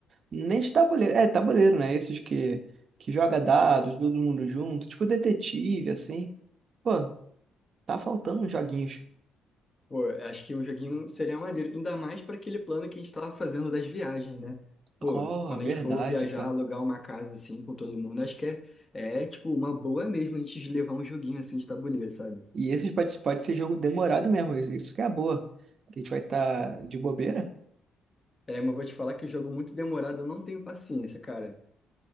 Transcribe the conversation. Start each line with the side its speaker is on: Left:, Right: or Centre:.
Right: nem de tabuleiro. É, tabuleiro, né? Esses que, que joga dados, todo mundo junto. Tipo detetive, assim. Pô, tá faltando uns joguinhos.
Left: Pô, acho que um joguinho seria maneiro, ainda mais para aquele plano que a gente tava fazendo das viagens, né? Pô,
Right: Oh,
Left: quando
Right: verdade,
Left: a gente for viajar,
Right: cara.
Left: alugar uma casa assim com todo mundo, acho que é, é tipo uma boa mesmo a gente levar um joguinho assim de tabuleiro, sabe?
Right: E esses pode, pode ser jogo demorado mesmo. Isso isso que é a boa. Que a gente vai estar de bobeira.
Left: É, mas vou te falar que jogo muito demorado, eu não tenho paciência, cara.